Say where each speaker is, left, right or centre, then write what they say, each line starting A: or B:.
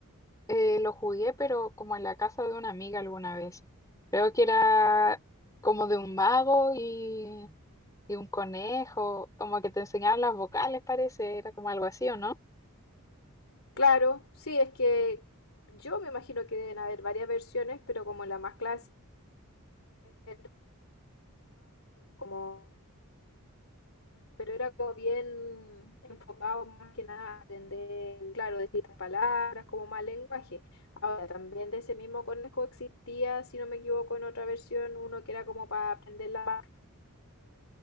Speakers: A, on the left; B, on the left.
A: Eh, lo jugué, pero como en la casa de una amiga alguna vez. Creo que era como de un mago y, y un conejo, como que te enseñaban las vocales, parece, era como algo así, ¿o no?
B: Claro, sí, es que yo me imagino que deben haber varias versiones, pero como la más clásica era como pero era como bien enfocado más que nada a aprender, claro, distintas palabras, como más lenguaje. Ahora, también de ese mismo conejo existía, si no me equivoco, en otra versión, uno que era como para aprender la paz,